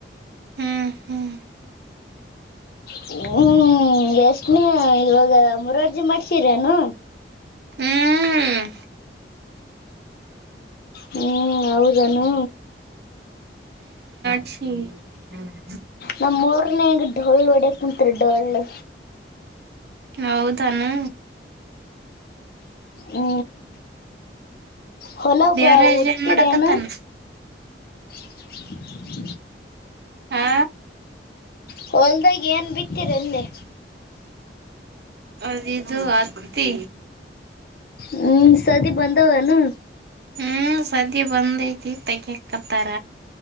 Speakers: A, on the right; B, on the left.
A: ಹ್ಮ್ ಹ್ಮ್
B: ಹ್ಞೂ ಎಷ್ಟನೇ ಇವಾಗ ಮೂರರ್ಜಿ ಮಾಡ್ಸಿರೇನು
A: ಹ್ಮ್
B: ಹ್ಮ್ ಹೌದನು
A: ಕ್ಷಿ <unintelligible>
B: ನಮ್ಮ ಮೂರನೇಗೆ ಡೊಳ್ಳು ಹೊಡ್ಯಕ್ ಕುಂತ್ಾರೆ ಡೊಳ್ಳು
A: ಹೌದಾನು
B: ಹು ಹೊಲ
A: ದೇವರಾಜ್
B: ಉತ್ತಿರು
A: ಏನ್ ಮಾಡಕತ್ತಾನ
B: ಏನು <inaudible>
A: ಆ
B: ಹೊಲ್ದಾಗ ಏನ್ ಬಿತ್ತೀರಿ ಅಂದೇ
A: ಅದ ಇದು ಹತ್ತಿ
B: ಹ್ಮ್ ಸದಿ ಬಂದಾವನು
A: ಹ್ಮ್ ಸದ್ಯ ಬಂದೈತಿ ತೇಗಕತ್ತಾರ